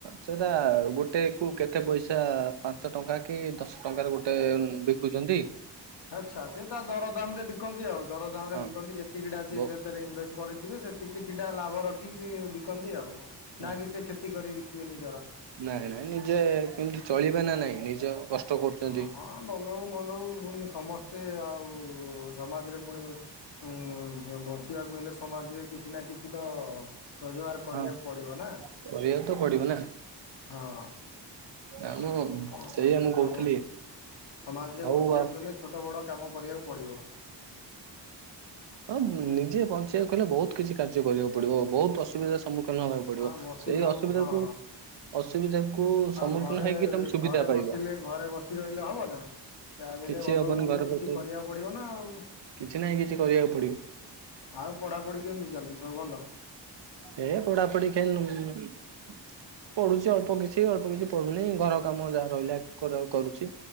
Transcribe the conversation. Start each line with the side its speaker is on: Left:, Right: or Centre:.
Right: ସେଟା ଗୋଟେକୁ କେତେ ପଇସା ପାଞ୍ଚ ଟଙ୍କା କି ଦଶ ଟଙ୍କାରେ ଗୋଟେ ବିକୁଚନ୍ତି
Left: ଆଚ୍ଛା। ସେ ତା ଦରଦାମରେ ବିକନ୍ତି ଆଉ। ଦରଦାମରେ
Right: ହଁ
Left: ବିକନ୍ତି ଯେତିକିଟା ସିଏ
Right: ବ
Left: ଦେବେ ରେ ଇନଭେଷ୍ଟ କରେଇଥିବେ ସେତିକି କିଛିଟା ଲାଭ ରଖିକି ସିଏ ବିକନ୍ତି ଆଉ।
Right: ହଁ
Left: ନା କି ସେ କ୍ଷତି କରି ବିକିବେ ନିଜର।
Right: ନାଇଁ ନାଇଁ ନିଜେ କେମିତି ଚଳିବେ ନା ନାଇଁ? ନିଜ କଷ୍ଟ କରୁଛନ୍ତି।
Left: ହଁ ହଁ ଭଲ ହଉ ମନ୍ଦ ହଉ ପୁଣି ସମସ୍ତେ ଆଉ ସମାଜରେ ପୁଣି ଉମ୍ ବଞ୍ଚିବାକୁ ହେଲେ ସମାଜରେ କିଛି ନା କିଛି ତ ରୋଜଗାର କରିବାକୁ
Right: ହଁ
Left: ପଡ଼ିବ ନା
Right: କରିବାକୁ ତ ପଡିବ ନା।
Left: ହଁ।
Right: ନା
Left: ଆଉ
Right: ମୁଁ
Left: କଣ
Right: ସେଇଆ
Left: କରିବା
Right: ମୁଁ
Left: <unintelligible>
Right: କହୁଥିଲି
Left: ସମାଜରେ
Right: ହଉ
Left: ବଞ୍ଚିବାକୁ
Right: ଆଉ
Left: ଗଲେ ଛୋଟ ବଡ଼ କାମ କରିବାକୁ ପଡ଼ିବ।
Right: ହଁ ନିଜେ ପଞ୍ଚିଇବାକୁ କଲେ ବହୁତ କିଛି କାର୍ଯ୍ୟ କରିବାକୁ ପଡ଼ିବ ବହୁତ ଅସୁବିଧା ସମ୍ମୁଖୀନ ହବାକୁ ପଡ଼ିବ
Left: ଆଉ ବସିନ
Right: ସେଇ ଅସୁବିଧା
Left: ହଁ
Right: କୁ ଅସୁ କୁ ସମ୍ମୁଖୀନ
Left: ଆଉ ଘରେ
Right: ହେଇକି ତମେ ସୁବିଧା
Left: ଘରେ
Right: ପାଇବ।
Left: ବସିଲେ ଘରେ ବସି ରହିଲେ ହବ ନା ଯାହା ବି ହେଲେ
Right: କିଛି
Left: ଭଲ
Right: ହବନି
Left: ମନ୍ଦ
Right: ଘର
Left: କିଛି
Right: ବସିଗଲି
Left: କରିବାକୁ ପଡ଼ିବ ନା ଆଉ
Right: କିଛି ନାହିଁ କିଛି କରିବାକୁ ପଡ଼ିବ
Left: ଆଉ ପଢ଼ାପଢ଼ି କେମିତି ଚାଲିଛି ସବୁ ଭଲ
Right: ଏ ପଢାପଢି <unintelligible> ପଢୁଛି ଅଳ୍ପ କିଛି ଅଳ୍ପ କିଛି ପଢୁନି ଘର କାମ ଯାହା ରହିଲା କରୁଚି